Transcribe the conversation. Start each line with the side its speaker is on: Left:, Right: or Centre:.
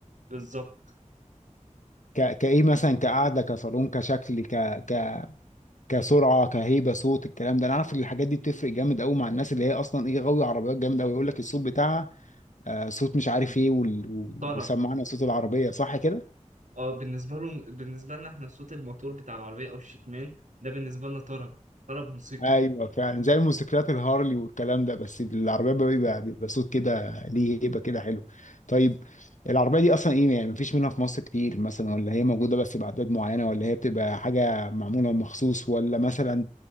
Right: بالظبط
Left: ك... كايه مثلا كقعده كصالون كشكل ك... ك... كسرعه كهيبه صوت الكلام ده انا عارف ان الحاجات دي بتفرق جامد قوي مع الناس اللي هي اصلا ايه غاويه عربيات جامد قوي يقول لك الصوت بتاعها آه صوت مش عارف ايه وال... و-
Right: طرب
Left: وسمعنا صوت العربيه صح كده
Right: اه بالنسبه لهم بالنسبه لنا احنا صوت الموتور بتاع العربيه او الشكمان ده بالنسبه لنا طرب طرب موسيقي
Left: ايوه فعلا زي الموتوسيكلات الهارلي والكلام ده بس العربيه بقى بيبقى بيبقى صوت كده ليه هيبه كده حلو طيب العربيه دي اصلا ايه يعني مفيش منها في مصر كتير مثلا ولا هي موجوده بس باعداد معينه ولا هي بتبقى حاجه معموله مخصوص ولا مثلا